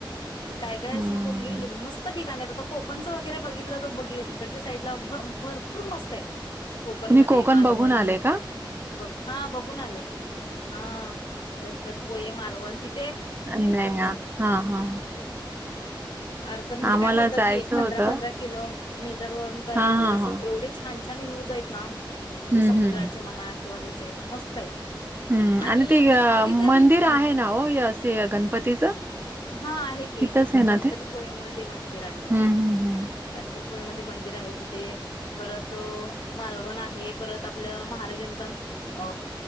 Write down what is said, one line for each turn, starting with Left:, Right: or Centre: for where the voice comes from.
Left: आणि काय काय
Right: हम्म.
Left: अशी कोठली मस्त का नाही आ कोकणच वगैरे बघितलं तर ब इकडच्या साईडला भरपूर मस्त आहेत कोकण
Right: तुम्ही
Left: मध्ये मालवण
Right: बघून आले
Left: वगैरे
Right: का
Left: बघ हा बघून आले, हा गणपती होय मालवण तिथं
Right: अ नाही हा हा
Left: ह् अर्ध म्हणजे
Right: आम्हाला
Left: काय बोलतात
Right: जायचं
Left: की एक पंधरा
Right: होतं
Left: पंधरा किलो मी तर वरुण का
Right: हा
Left: नाही म्हणजे
Right: हा
Left: अस
Right: हा
Left: एवढे छान छान रिव्ह्यूज आहेत ना म्हणजे
Right: हम्म
Left: समुद्राचे
Right: हम्म.
Left: म्हणाल किंवा ह्याचे मस्त आहेत
Right: हम्म
Left: आणि
Right: ते
Left: एखादी तरी
Right: मंदिर
Left: ह,
Right: आहे ना हो असे गणपतीचं
Left: हा आहे की
Right: तिथंच आहे ना
Left: गणपतीपुळेमध्ये
Right: ते
Left: मंदिर आहे
Right: हम्म हम्म हम्म.
Left: गणपतीपुळेमध्ये मंदिर आहे तिथे परत मालवण आहे परत आपल्या महाराजांचा अ